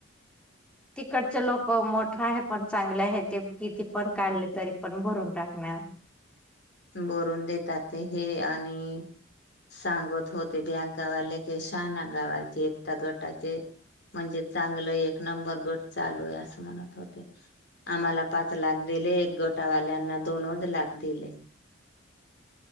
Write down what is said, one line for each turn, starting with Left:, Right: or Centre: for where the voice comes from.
Centre: तिकडचे लोक मोठा आहे पण चांगले आहे ते किती पण काढले तरी पण भरून टाकणार.
Left: बरून देतात हे आणि सांगत होते, बँकावाले क शहाान गावाचे एकता गटाचे म्हणजे चांगलं एक नंबर गट. चालू आहे, असं म्हणत होते आम्हाला पाच लाख दिले. एक गोटावाल्यांना दोनच लाख दिले.